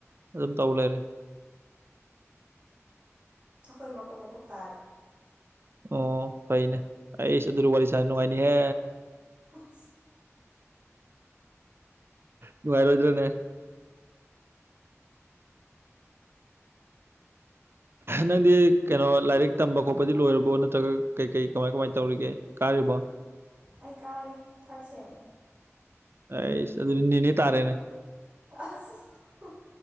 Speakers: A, on the right; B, on the right.
A: ꯑꯗꯨꯝ ꯇꯧ ꯂꯩꯔꯦ
B: ꯑꯩꯈꯣꯏ ꯃꯀꯨꯞ ꯃꯀꯨꯞ ꯇꯥꯔꯤ
A: ꯑꯣ ꯐꯩꯅꯦ ꯑꯩꯁꯨ ꯑꯗꯨꯗꯤ ꯋꯥꯔꯤ ꯁꯥꯅ ꯅꯨꯡꯉꯥꯏꯅꯤꯍꯦ
B: ꯍꯁ
A: ꯅꯨꯡꯉꯥꯏꯔꯣꯏꯗ꯭ꯔꯣꯅꯦ ꯅꯪꯗꯤ ꯀꯩꯅꯣ ꯂꯥꯏꯔꯤꯛ ꯇꯝꯕ ꯈꯣꯠꯄꯗꯤ ꯂꯣꯏꯔꯕꯣ ꯅꯠꯇ꯭ꯔꯒ ꯀꯩ ꯀꯩ ꯀꯃꯥꯏ ꯀꯃꯥꯏ ꯇꯧꯔꯤꯒꯦ ꯀꯥꯠ <unintelligible>
B: ꯑꯩ ꯀꯥꯔꯤ ꯊꯥꯔꯠ ꯁꯦꯝ
A: ꯑꯩꯁ ꯑꯗꯨꯗꯤ ꯅꯦꯅꯦ ꯇꯥꯔꯦꯅꯦ
B: ꯑꯁ ꯍ